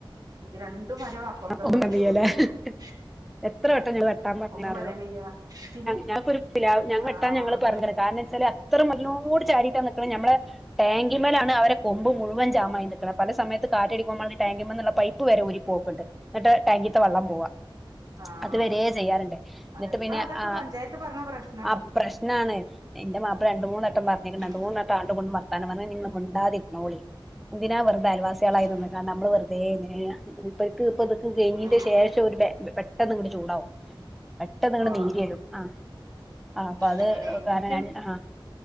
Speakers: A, on the right; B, in the centre.
A: ഇത് രണ്ടു മരം അപ്പുറത്തെ
B: <unintelligible>
A: പള്ളിത്തൊടുവിന്റെ ആണ്
B: എത്ര വട്ടം ഞങ്ങൾ വെട്ടാൻ പറഞ്ഞറിയോ
A: ഒന്നും പറയാൻ വയ്യ പിന്നെ
B: ഞങ്ങക്കൊരു പിലാവ് ഞങ്ങേ
A: ആഹ്
B: <unintelligible> ഞങ്ങള് പറഞ്ഞത് കാരണം ച്ചാല് അത്ര നല്ലോട് ചാരിട്ടാ നിക്കണ ഞമ്മള ടാങ്കിമ്മേലാണ് അവരെ കൊമ്പ് മുഴുവൻ ജാമായി നിക്കണ പല സമയത്ത് കാറ്റടിക്കുമ്പോഴാണ് ടാങ്കിമ്മേന്നുള്ള പൈ പ്പ് വരെ ഊരി പോക്കുണ്ട് എന്നിട്ട് ടാങ്കിത്തെ വെള്ളം പോവാ
A: ആഹ്
B: അത് വരെ ചെയ്യാറുണ്ട് ന്നിട്ട്
A: അത് ഇപ്പൊ
B: പിന്നെ
A: അതൊക്കെ
B: ആഹ്
A: പഞ്ചായത്ത് പറഞ്ഞ പ്രശ്നാവും
B: ആഹ് പ്രശ്നാണ് എന്റെ മാപ്പിള രണ്ട് മൂന്ന് വട്ടം പറഞ്ഞേക്കണ്
A: ഉം
B: രണ്ട് മൂന്ന് വ ട്ടാണ്ട് കൊണ്ട് വർത്താനം പറഞ്ഞ നിങ്ങള് മിണ്ടാതിരിന്നോളി എന്തിനാ വെറുതെ അയൽവാസികളായി
A: ഉം
B: നിന്ന്ങ്ങാണ്ട് അമ്മള് വെറുതെ എന്തിനാ മൂപ്പര്ക്ക് ഇപ്പത് <unintelligible>
A: ഉം
B: ശേഷം ഒരു പെ പെട്ടെന്ന് അങ്ങട് ചൂടാവും പെട്ടെന്ന് അങ്ങട്
A: ആഹ്
B: നീരി വരും ആഹ് ആഹ് അപ്പൊ
A: അങ്ങനെല്ലേ
B: അത്
A: ഇൻക്ക്
B: കാരണം രൺ ആഹ്